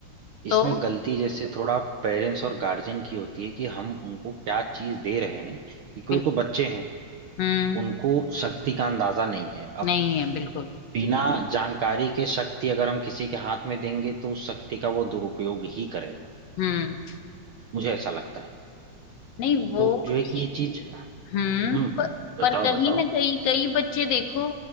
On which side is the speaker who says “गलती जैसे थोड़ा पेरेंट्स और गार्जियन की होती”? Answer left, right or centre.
Right